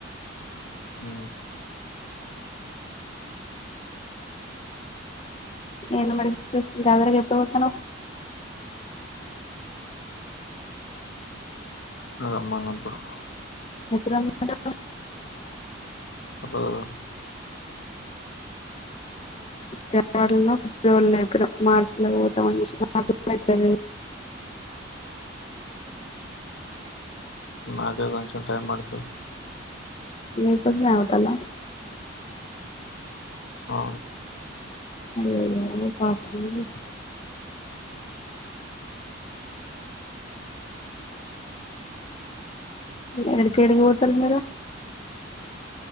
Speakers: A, on the left; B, on the left.
A: అ
B: నను మరి చ జాదరగా ఎప్పుడు పోతుాను
A: అమ్మా నాప్పుడు
B: హద
A: ర
B: జనవరిలో ఫిబ్రవరిలో ఎ మార్చి లో పోతామ మార్చి లో అయిపోయింది
A: నాకే కొంచం టైమ్ పడుతు
B: మీపున్నా ఉత నా
A: ఆ
B: అయ్యేయో ఎడికిడికి పోతల మర